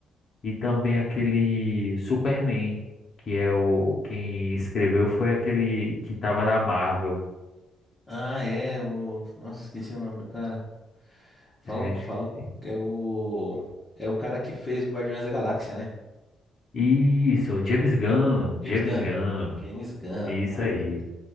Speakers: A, on the left (about 45°); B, on the left (about 20°).
A: e também aquele Superman, que é o quem escreveu foi aquele que tava na Marvel.
B: Ah, é. O... Nossa, esqueci o nome do cara. Falam,
A: É, esqueci.
B: falam. É o. É o cara que fez o Guardiões da Galáxia, né?
A: Isso, James Gunn,
B: James
A: James
B: Gunn.
A: Gunn.
B: James Gunn.
A: Isso
B: Pô,
A: aí
B: e-